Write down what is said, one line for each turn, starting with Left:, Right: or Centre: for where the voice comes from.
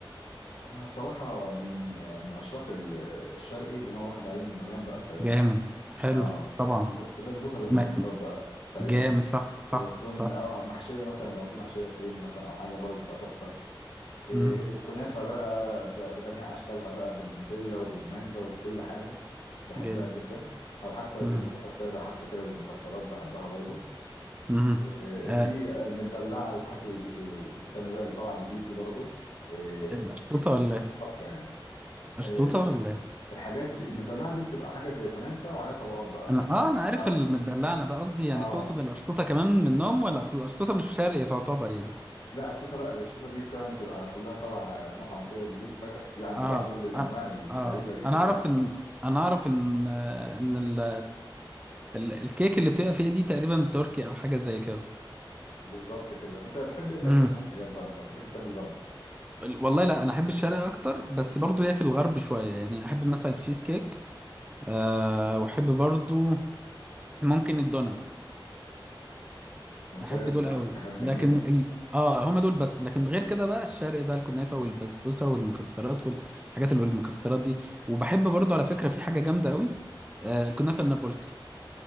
Left: انا بصراحة من يعني من عشاق ال- الشرقي اللي انا واخد عليه من زمان بقى فاهمني
Right: جامد حلو
Left: اه
Right: طبعا
Left: البس- البسبوسة بالمكسرات
Right: ما-
Left: بقى فاهمني
Right: جامد صح صح
Left: وتكون
Right: صح
Left: اه محشية مثلا لو في محشية كريمة مثلا او حاجة برضه بتبقى تحفة إيه،
Right: مم.
Left: الكنافة بقى ب- بجميع أشكالها بقى بالنوتيلا وبالمانجا وبكل حاجة بحبها
Right: جامد
Left: جدا أو حتى
Right: مم.
Left: الكنافة السادة حتى كده بالمكسرات بحبها برضو
Right: مم.
Left: إيه،
Right: آه،
Left: في المدلعة وكحة الج- التانية بقى اللي طالعة جديد دي برضو إيه،
Right: مشطوطة
Left: ب-
Right: ولا ايه؟
Left: تحفة يعني
Right: مشطوطة
Left: إيه، لا،
Right: ولا ايه؟
Left: الحاجات دي المدلعة دي بتبقى حاجة زي كنافة وعليها طبقات بقى
Right: انا اه انا عارف
Left: آه
Right: المدلعه انا بقى قصدي يعني
Left: آه.
Right: تقصد القشطوطه كمان منهم ولا اصل القشطوطه مش شرقي تعتبر يعني
Left: لا الشوطة لا الشوطة دي فعلا بتبقى كلها تبع مطعم كده جديد فاتح فيه عنده
Right: اه
Left: بقى كل الأنواع
Right: انا
Left: الغريبة
Right: اه
Left: دي
Right: انا
Left: كلها
Right: اعرف ان انا اعرف ان آه، ان ال... ال... الكيك اللي بتبقى فيها دي تقريبا تركي او حاجه زي كده
Left: بالظبط كده انت بتحب ايه طيب
Right: امم
Left: في الحلويات بقى انت شكلك بتحب الغربي
Right: ال- والله لا انا احب الشرق اكتر بس برضو ليا في الغرب شويه يعني احب مثلا تشيز كيك أه واحب برضو ممكن الدونات
Left: ممتاز
Right: احب دول
Left: بقى
Right: قوي
Left: حاجات جميله
Right: لكن ال... اه هما دول بس لكن غير كده بقى الشرق بقى الكنافه والبسبوسه والمكسرات والحاجات اللي بالمكسرات دي وبحب برضو على فكره في حاجه جامده قوي آه الكنافه النابلسي